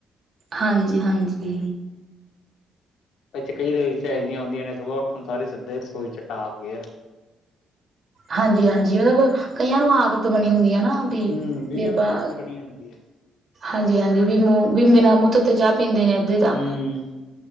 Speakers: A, on the right (about 45°); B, on the left (about 80°).
A: ਹਾਂਜੀ ਹਾਂਜੀ
B: ਵਿੱਚ ਕਈ ਲੇਡੀਜ ਚ ਇਹੋ ਹੀ ਹੁੰਦੀਆਂ ਨੇ ਸੋਂ ਉਠਣ ਸਾਰੇ ਸਿੱਧੇ ਰਸੋਈ ਚ ਟਾਪ ਗਏ
A: ਹਾਂਜੀ -ਹਾਂਜੀ ਮਤਲਬ ਕਈਆਂ ਨੂੰ ਆਦਤ ਬਣੀ ਹੁੰਦੀ ਹੈ ਨਾ ਵੀ
B: ਹੂੰ ਕਈਆਂ
A: ਵੀ ਆਪਾਂ
B: ਆਦਤ ਬਣੀ ਹੁੰਦੀ ਹੈ
A: ਹਾਂਜੀ ਹਾਂਜੀ ਬਿਨਾਂ ਮੂੰਹ ਧੋਤੇ ਤੇੱ ਤੇ ਚਾਹ ਪੀਂਦੇ ਨੇ ਅੱਧੇ ਤਾਂ
B: ਹੂੰ